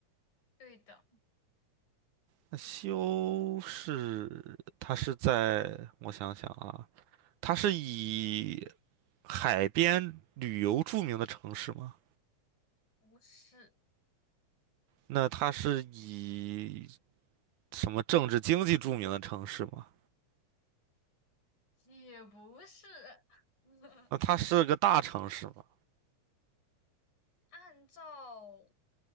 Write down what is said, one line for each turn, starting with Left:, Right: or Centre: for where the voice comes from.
Left: 对的，
Right: 那西欧是它是在我想想啊，它是以海边旅游著名的城市吗？
Left: 不是，
Right: 那它是以什么政治经济著名的城市吗？
Left: 也不是。<laughs>
Right: 那它是个大城市吗？
Left: 按照